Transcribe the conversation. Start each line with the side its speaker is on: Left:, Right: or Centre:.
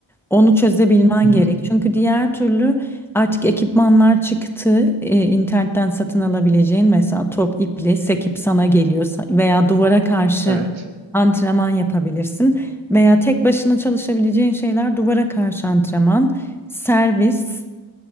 Centre: Onu çözebilmen
Right: hı hı.
Centre: gerek. Çünkü diğer türlü artık ekipmanlar çıktı. Ee, internetten satın alabileceğin mesela top, iple sekip sana geliyor Sa- veya duvara karşı
Right: Evet.
Centre: antrenman yapabilirsin veya tek başına çalışabileceğin şeyler duvara karşı antrenman, servis